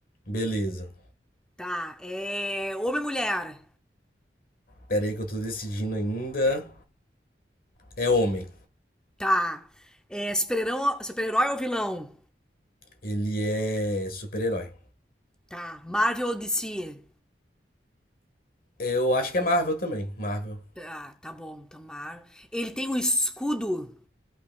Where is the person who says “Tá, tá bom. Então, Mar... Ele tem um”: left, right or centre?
Centre